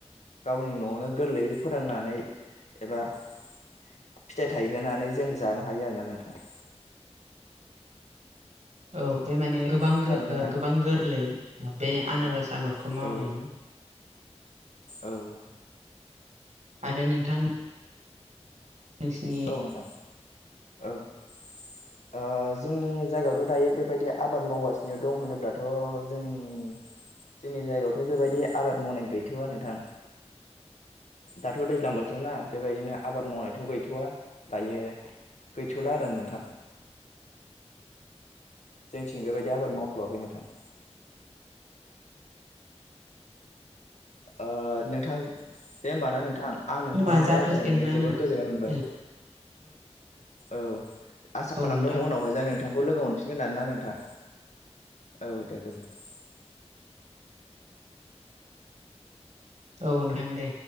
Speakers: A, on the left; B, on the right.
A: गावनि नआवनो गोरलैयै फोथांनानै एबा फिथाइ थायहोनानै जों जानो हायो आरोना नोंथां।
B: औ बे माने गोबां
A: खोनादों
B: ओ
A: नोंथां
B: गोबां गोरलै बे आनारस
A: औ
B: आबादखौ मावनाया।
A: औ औ
B: आरो नोंथां नोंसिनि
A: औ नोंथां औ ओ जोंनि जायगायावथ दायो बेबायदि आबाद मावगासिनो दं होनोब्लाथ जोंनि जोंनि जायगायावथ बेबायदि आबाद मावनाय गैथवा नोंथां। दाथ दैज्लां बोथोर ना बेबायदिनो आबाद मावनायथ गै थआ दायो गैथला आरो नोंथां। जोंनिथिं बेबायदि आबाद मावथआाखै नोंथां। ओ नोंथां दे होमब ना नोंथां। आं नोंथांजों
B: होनबा जाथ'सिगोन
A: रायज्लायनानै
B: ना
A: जोबोद
B: नों
A: गोजोननाय मोनबाय।
B: हेल'
A: औ आसा
B: औ
A: खालामदों
B: नोंथां
A: उनावहाय जाय नोंथांखौ लोगो मोनफिन गोन आरोना नोंथां औ दे गोजोनथों।
B: औ नोंथां दे।